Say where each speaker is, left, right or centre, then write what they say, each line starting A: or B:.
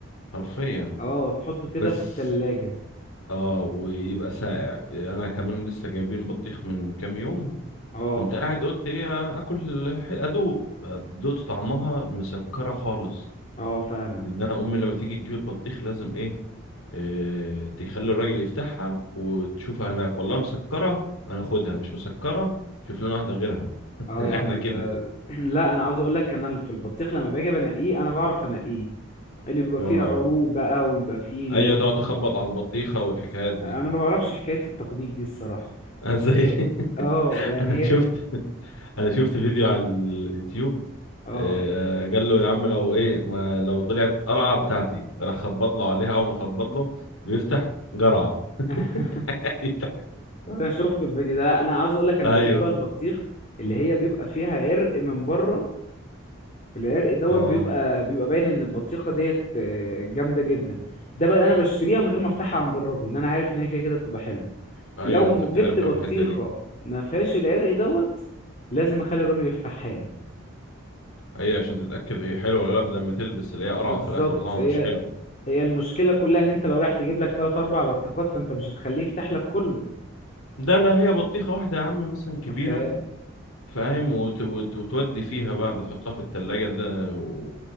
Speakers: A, on the left; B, on the left.
A: حرفيا
B: اه تحطه كده
A: بس
B: في التلاجة
A: اه ويبقى ساقع يعني انا كمان لسه جايبين بطيخ من كام يوم
B: اه
A: كنت قاعد قلت ايه آه، اكل ح- ادوق فدقت طعمها مسكره خالص
B: اه فاهمك
A: ان انا امي لما تيجي تجيب البطيخ لازم ايه, إيه تخلي الراجل يفتحها وتشوفها هناك والله مسكره انا اخدها مش مسكره شوف لنا واحده غيرها <laughs>
B: اه يا عم
A: احنا كده
B: ده <clears throat> لا انا عاوز اقول لك انا في البطيخ لما باجي بنقيه انا بعرف انقيه اللي بيبقى
A: اه
B: فيه عروق بقى ويبقى فيه ال...
A: ايوه تقعد تخبط على البطيخه والحكايات دي
B: انا
A: <laughs>
B: ما بعرفش حكاية التخبيط دي الصراحة
A: أنا
B: بس
A: زي <laughs>
B: اه يعني
A: انا
B: هي
A: شفت انا شفت فيديو على اليوتيوب
B: اه
A: آه، قال له يا عم لو ايه ما لو طلعت قرعه بتاعتي راح خبط له عليها اول ما خبط له بيفتح قرعه
B: <laughs>
A: <laughs>
B: انا شفت الفيديو ده انا عاوز اقول لك انا
A: ايوه
B: بجيب بقى البطيخ اللي هي بيبقى فيها عرق من بره العرق دوت
A: اه
B: بيبقى بيبقى باين ان البطيخه ديت آه، جامده جدا ده بقى انا بشتريها من غير ما افتحها عند الراجل لان انا عارف ان هي كده كده بتبقى حلوه
A: ايوه
B: لو
A: انت
B: م-
A: بتعرفها
B: جبت بطيخه
A: من الحته دي
B: ما فيهاش العرق دوت لازم اخلي الراجل يفتحها لي
A: ايوه عشان تتاكد هي حلوه ولا لا بدل ما تلبس اللي هي قرعه
B: بالظبط
A: في الاخر والله
B: هي
A: مش حلو
B: هي المشكلة كلها ان انت لو رايح تجيب لك تلات اربع بطيخات فانت مش هتخليه يفتح لك كله
A: ده لا هي بطيخه واحده يا عم مثلا كبيره
B: فاهم
A: فاهم وت... وت... وتودي فيها بقى بتحطها في التلاجة ده و...